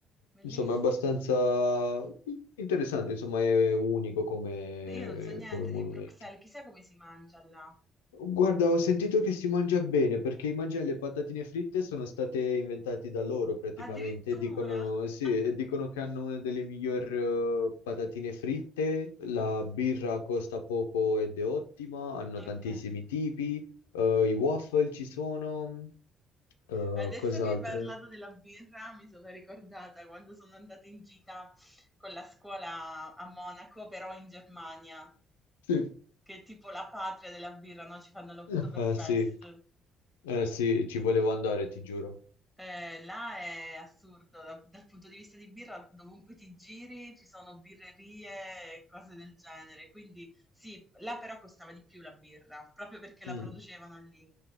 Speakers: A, in the centre; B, on the left.
A: bellissimo.
B: Insomma, è abbastanza interessante, insomma, è unico come,
A: Io non so niente
B: come monumento.
A: di Bruxelles, chissà come si mangia là.
B: Guarda, ho sentito che si mangia bene perché i mangiare le patatine fritte sono state inventate da loro praticamente.
A: Addirittura!
B: Dicono, sì,
A: <laughs>
B: e dicono che hanno una delle migliori eh, patatine fritte. La birra costa poco ed è ottima. Hanno
A: Ok.
B: tantissimi tipi. eh, i waffle ci sono. eh,
A: Adesso
B: cos'altro?
A: che hai parlato della birra, mi sono ricordata quando sono andata in gita con la scuola a Monaco, però in Germania,
B: Sì.
A: che è tipo la patria della birra, no? Ci fanno l'Oktoberfest.
B: Eh sì, eh sì, ci volevo andare, ti giuro.
A: Eh, là è assurdo, da- dal punto di vista di birra, dovunque ti giri ci sono birrerie e cose del genere. Quindi sì, là però costava di più la birra, proprio perché la
B: Mm.
A: producevano lì.